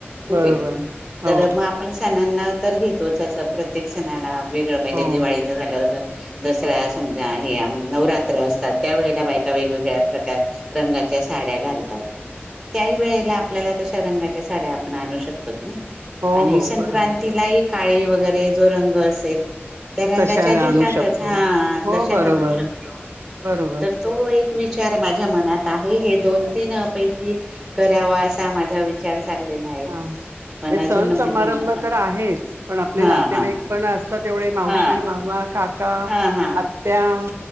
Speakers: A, in the centre; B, on the right (about 80°).
A: खूप
B: बरोबर
A: मग तर
B: हो
A: आपण सणाना हा तर घेतो प्रत्येक सणाला वेगळं
B: हो
A: पाहिजे दिवाळीचं
B: हो
A: झालं होत दसऱ समजा हे नवरात्र असतात त्यावेेळेला बायका वेगवेगळ्या प्रकार रंगाच्या साड्या घालतात त्याही वेळेला आपल्याला तशा रंगाच्या साड्या आपण आणू शकतो की नाही
B: हो
A: आणि
B: हो
A: संक्रांतीला
B: बरोबर
A: एक काळी वगैरे जो रंग असेल ह त्या रंगाच्या
B: तशा
A: घेतातच
B: आणू शकतो
A: हा
B: हो
A: तशा
B: बरोबर
A: घालू शकतो
B: बरोबर
A: तर तो एक विचार माझ्या मनात आहे हे दोन तीन पैकी करावा असा माझा विचार चाललेला आहे
B: हा
A: पण
B: हे
A: अजून
B: सण
A: म्हणजे
B: समारंभ तर आहेच पण आपले
A: हा
B: नातेवाईक
A: हा
B: पण असतात जेवढे मावशी
A: हा
B: मामा का का
A: हा हा
B: आत्या